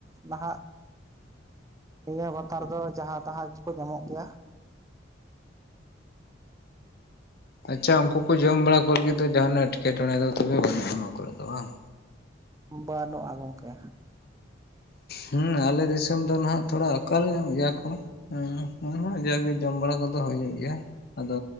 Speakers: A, on the right; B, on the left.
A: ᱱᱟᱦᱟᱜ ᱼᱼ ᱱᱤᱭᱟᱹ ᱵᱟᱛᱟᱨ ᱫᱚ ᱡᱟᱦᱟᱸ ᱛᱟᱦᱟᱸ ᱜᱮᱠᱚ ᱧᱟᱢᱚᱜ ᱜᱮᱭᱟ।
B: ᱟᱪᱪᱷᱟ ᱩᱱᱠᱩ ᱠᱚ ᱡᱚᱢ ᱵᱟᱲᱟ ᱠᱚᱨᱮ ᱜᱮ ᱫᱚ ᱡᱟᱦᱟᱱᱟᱜ ᱮᱴᱠᱮᱴᱚᱬᱮ ᱫᱚ ᱛᱚᱵᱮ ᱵᱟᱹᱱᱩᱜᱼᱟ ᱱᱚᱣᱟ ᱠᱚᱨᱮ ᱫᱚ ᱵᱟᱝ?
A: ᱵᱟᱹᱱᱩᱜᱼᱟ ᱜᱚᱝᱠᱮ।
B: ᱦᱮᱸ ᱟᱞᱮ ᱫᱤᱥᱚᱢ ᱫᱚ ᱱᱟᱦᱟᱜ ᱛᱷᱚᱲᱟ ᱟᱠᱟᱞ ᱧᱚᱜ ᱜᱮᱭᱟ ᱠᱚ। ᱦᱮᱸ ᱚᱱᱟ ᱠᱷᱚᱱᱟᱜ ᱡᱟᱜᱮ ᱡᱚᱢ ᱵᱟᱲᱟ ᱠᱚᱫᱚ ᱦᱩᱭᱩᱜ ᱜᱮᱭᱟ᱾ ᱟᱫᱚ